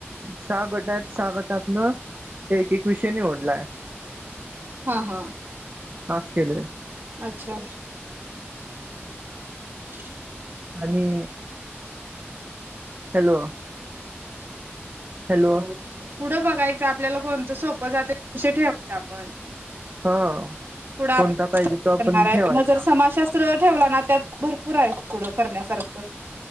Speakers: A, on the right; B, on the right.
A: सहा गट आहेत सहा गटात ना एक एक विषय निवडलाय.
B: हा हा.
A: आज केले.
B: अच्छा. ह्.
A: आणि हॅलो. हॅलो.
B: पुढं बघायचं आपल्याला कोणतं सोपं जाते ठेवाय आपण
A: हा.
B: पुढ आप
A: कोणता पाहिजे
B: करणार
A: तो आपण
B: आहे
A: ठेवायचा
B: मग जर समाशा ठेवला ना त्यात भरपूर आहे पुढं करण्यासारखं.